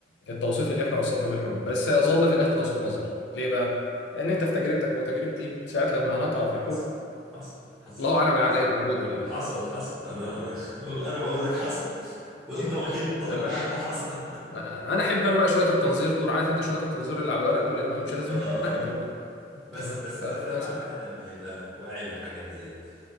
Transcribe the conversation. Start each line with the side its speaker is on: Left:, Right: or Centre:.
Left: التوصيف اللي احنا وصفنا بيه الحب بس يظل في الاخر توصيف نظري ليه بقى لان انت في تجربتك او تجربتي ساعات لما هنقع في الحب
Centre: حصل حصل حصل
Left: الله اعلم
Centre: حصل
Left: العقل هيبقى موجود ولا لا
Centre: حصل حصل انا انا <laughs> انا بقول لك حصل <laughs> وانت اكيد متفق
Left: تمام
Centre: معايا انه حصل <laughs>
Left: انا احب انا بقى شويه التنظير دول عارف انت شويه التنظير اللي على الورق دول اللي ما لهمش لازمه
Centre: اه
Left: انا احبهم
Centre: اه
Left: قوي
Centre: بس
Left: تمام
Centre: بس
Left: فانا
Centre: بتفرق مع الواحد لما يبقى واعي بالحاجات ديت